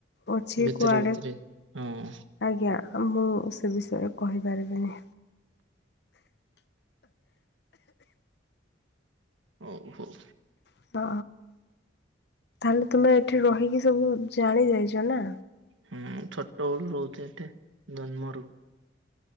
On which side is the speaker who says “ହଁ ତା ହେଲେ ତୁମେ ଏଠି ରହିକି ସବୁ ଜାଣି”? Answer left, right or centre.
Left